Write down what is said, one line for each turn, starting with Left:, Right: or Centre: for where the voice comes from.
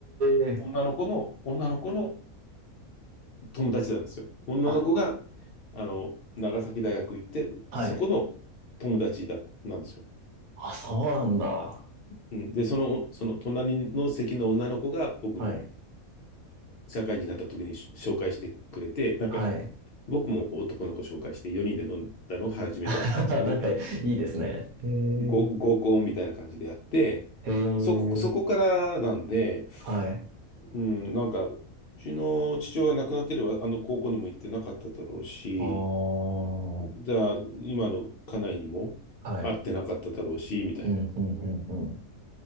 Right: え。
Left: 女の子の、女の子の友達なんですよ。女の子が、
Right: あ、
Left: あの、長崎大学行って、
Right: はい。
Left: そこの友達だ、なんですよ。
Right: あ、そうなんだ。
Left: うん、で、その、その隣の席の女の子が僕に
Right: はい。
Left: 社会人になった時にし紹介してくれて、なんか、
Right: はい。
Left: 僕も男の子紹介して4人で飲んだのが初めてだったんですけど、
Right: <laughs> なんかいいですね。へえ。
Left: ご合コンみたいな感じでやって、
Right: へえ。
Left: そこ、そこからなんで、
Right: はい。
Left: うん、なんか、うちの父親が亡くなってれば、あの高校にも行ってなかっただろうし、
Right: ああ、は
Left: じゃあ、今の家内にも会ってなかっただろうし、
Right: い。
Left: みたいな
Right: うん、うんうんうん。